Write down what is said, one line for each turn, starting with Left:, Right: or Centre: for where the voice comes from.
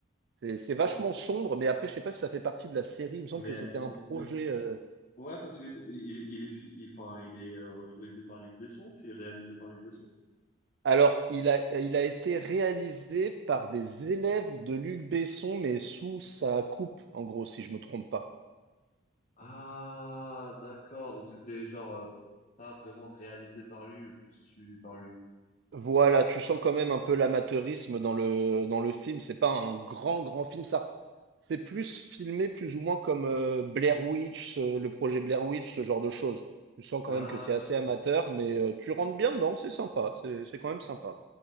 Right: C'est, c'est vachement
Left: M-
Right: sombre, mais après, je sais pas si ça fait partie de la série. Il me semble
Left: Mais,
Right: que c'était un
Left: mais,
Right: projet.
Left: mais-
Right: euh.
Left: ouais, parce qu'il il, il est, fi- il- enfin, il est euh, autorisé par Luc Besson, fi- réalisé par Luc Besson.
Right: Alors, il a, il a été réalisé par des élèves de Luc Besson, mais sous sa coupe, en gros, si je me trompe pas.
Left: Ah, d'accord, donc c'était genre euh, pas vraiment réalisé par lui, mais plus suivi par lui, quoi.
Right: Voilà, tu sens quand même un peu l'amateurisme dans le, dans le film. C'est pas un grand, grand film. Ça, c'est plus filmé plus ou moins comme euh, Blair Witch, euh, le projet Blair Witch, ce genre de choses. Tu sens quand
Left: Ah.
Right: même que c'est assez amateur, mais euh, tu rentres bien dedans, c'est sympa. C'est, c'est quand même sympa.